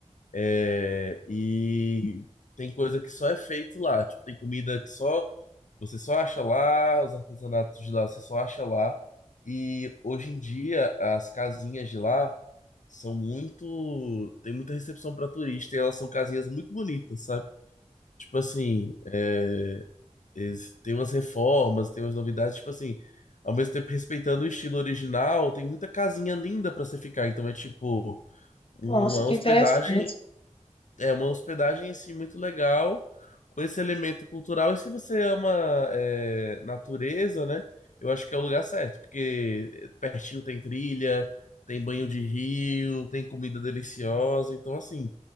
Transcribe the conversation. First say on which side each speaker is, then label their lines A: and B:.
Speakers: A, on the left (about 80°); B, on the left (about 45°).
A: É, e tem coisa que só é feito lá, tipo, tem comida que só Você só acha lá, os artesanatos de lá, você só acha lá. E hoje em dia, as casinhas de lá são muito. Tem muita recepção para turista e elas são casinhas muito bonitas, sabe? Tipo assim, é, eles- tem umas reformas, tem umas novidades, tipo assim, ao mesmo tempo respeitando o estilo original, tem muita casinha linda para você ficar. Então é tipo uma
B: Nossa, que
A: hospedagem
B: interessante.
A: é uma hospedagem assim muito legal, com esse elemento cultural. E se você ama é, natureza, né? Eu acho que é o lugar certo, porque pertinho tem trilha, tem banho de rio, tem comida deliciosa. Então, assim,